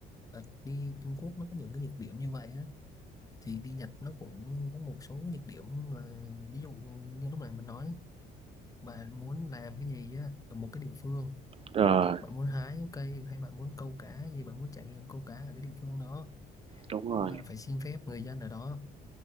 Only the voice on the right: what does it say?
Ờ,
đúng rồi.